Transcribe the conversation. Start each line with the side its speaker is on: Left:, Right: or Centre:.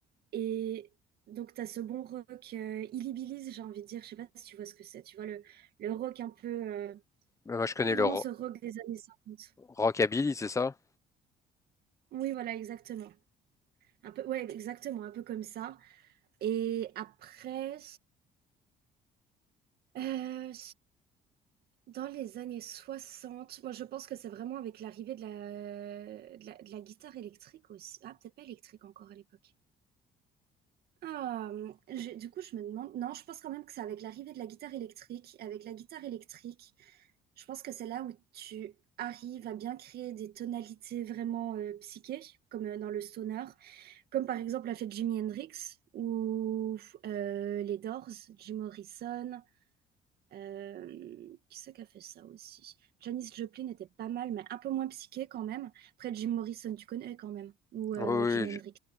Right: Et donc, tu as ce bon rock euh, illibilise, j'ai envie de dire, je sais pas si tu vois ce que c'est, tu vois, le, le rock un peu, euh,
Left: Moi, je connais
Right: ouais, vraiment
Left: le ro-
Right: ce rock des années cinquante,
Left: rockabilly, c'est ça?
Right: Oui, voilà, exactement. Un peu, ouais, exactement, un peu comme ça. Et après, euh, dans les années 60, moi je pense que c'est vraiment avec l'arrivée de la, de la, de la guitare électrique aussi. Ah, peut-être pas électrique encore à l'époque. Ah, euh, j'ai- du coup, je me demande. Non, je pense quand même que c'est avec l'arrivée de la guitare électrique. Avec la guitare électrique, je pense que c'est là où tu arrives à bien créer des tonalités vraiment euh, psychées, comme euh, dans le stoner, comme par exemple l'a fait Jimi Hendrix ou euh, les Doors, Jim Morrison. Euh, qui c'est qui a fait ça aussi? Janis Joplin était pas mal, mais un peu moins psyché quand même. Après, Jim Morrison, tu connais quand même, ou euh,
Left: Oui,
Right: Jimi Hendrix.
Left: oui,